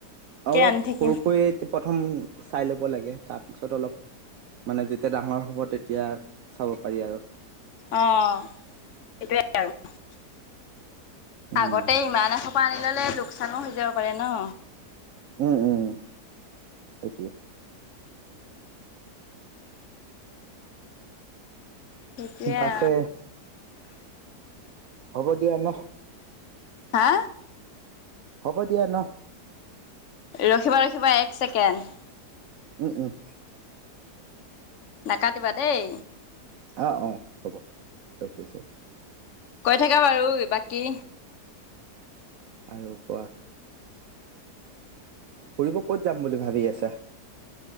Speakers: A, on the right (about 70°); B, on the left (about 60°).
A: অলপ
B: আনি থাকিম
A: সৰুকৈ প্ৰথম চাই ল'ব লাগে, তাৰপিছত অলপ মানে যেতিয়া ডাঙৰ হ'ব, তেতিয়া চাব পাৰি আৰু।
B: অহ, সেইটোৱেই আৰু।
A: উম
B: আগতে ইমান এসোপা আনি ল'লে, লোকচানো হৈ যাব পাৰে ন?
A: উম উম, সেইটোৱেই।
B: এতিয়া
A: পাছে হ'ব দিয়া ন।
B: হা?
A: হ'ব দিয়া ন।
B: ৰখিবা ৰখিবা এক ছেকেণ্ড।
A: উম উম।
B: নাকাটিবা দেই।
A: অহ, অ হ'ব ৰখি আছোঁ।
B: কৈ থাকা বাৰু বাকী।
A: আৰু কোৱা? ফুৰিব ক'ত যাম বুলি ভাবি আছা?